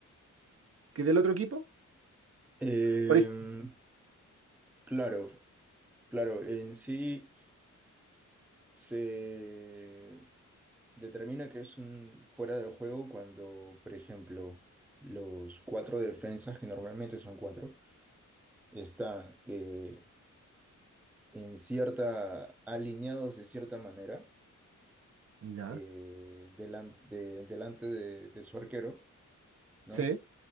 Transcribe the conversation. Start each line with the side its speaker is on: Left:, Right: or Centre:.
Right: que del otro equipo.
Centre: Eh,
Right: Por ej-
Centre: claro, Claro, en sí se determina que es un fuera de juego cuando, por ejemplo, los cuatro defensas, que normalmente son cuatro, están eh, en cierta, alineados de cierta manera
Right: ya,
Centre: eh, delan- de- delante de, de su arquero, ¿no?
Right: sí,